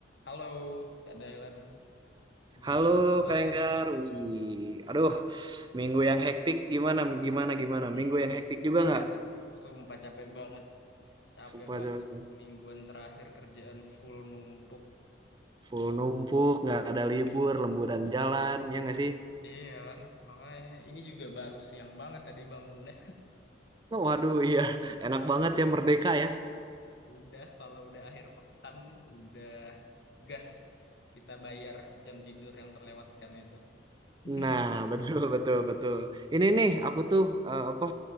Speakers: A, on the left; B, on the right.
A: Halo, Kak Dailan. Gimana
B: Halo
A: kabarnya
B: Kak Enggar,
A: nih?
B: wih, aduh, minggu yang hektik gimana, gimana, gimana,
A: Hmm.
B: minggu yang hektik juga
A: Iya
B: nggak?
A: kan, sumpah capek banget. Capek
B: Sumpah,
A: banget
B: sumpah.
A: semingguan terakhir kerjaan full numpuk.
B: full numpuk, nggak ada libur, lemburan jalan, ya nggak sih?
A: Iya kan, makanya ini juga baru siang banget tadi bangunnya.
B: Oh, waduh, iya, enak banget ya merdeka ya.
A: Udah, kalau udah akhir pekan, udah gas. Kita bayar jam tidur yang terlewatkan itu. <laughs>
B: Nah, <laughs> betul, betul, betul. Ini nih, aku tuh eh, apa